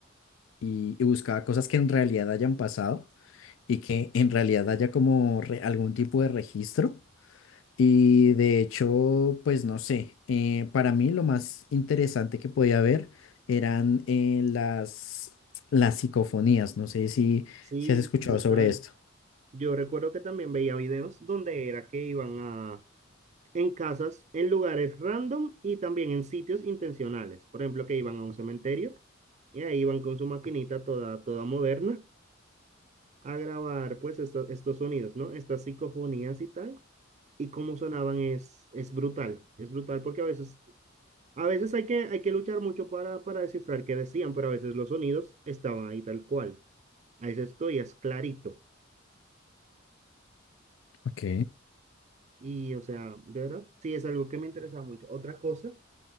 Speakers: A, on the left (about 70°); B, on the right (about 35°).
A: y, y buscaba cosas que en realidad hayan pasado y que en realidad haya como re- algún tipo de registro. Y de hecho, pues no sé, eh, para mí lo más interesante que podía ver eran eh, las, las psicofonías. No sé si,
B: Sí,
A: si has escuchado
B: brutal.
A: sobre esto.
B: Yo recuerdo que también veía videos donde era que iban a en casas, en lugares random y también en sitios intencionales. Por ejemplo, que iban a un cementerio y ahí iban con su maquinita toda, toda moderna a grabar pues esto- estos sonidos, ¿no? Estas psicofonías y tal. Y cómo sonaban es, es brutal, es brutal porque a veces, a veces hay que, hay que luchar mucho para, para descifrar qué decían, pero a veces los sonidos estaban ahí tal cual. A veces esto ya es clarito.
A: Ok,
B: Y o sea, de verdad, sí es algo que me interesa mucho. Otra cosa